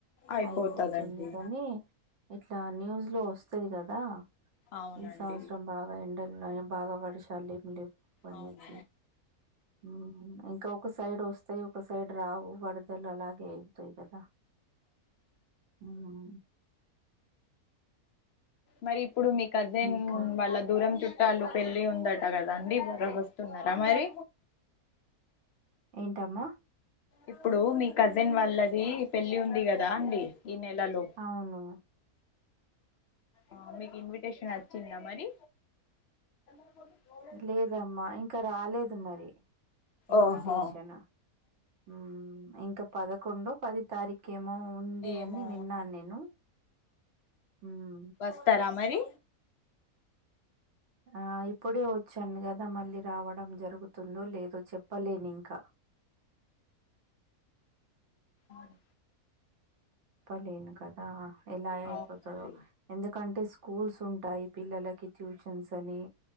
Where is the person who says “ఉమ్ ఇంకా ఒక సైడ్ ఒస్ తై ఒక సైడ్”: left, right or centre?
Right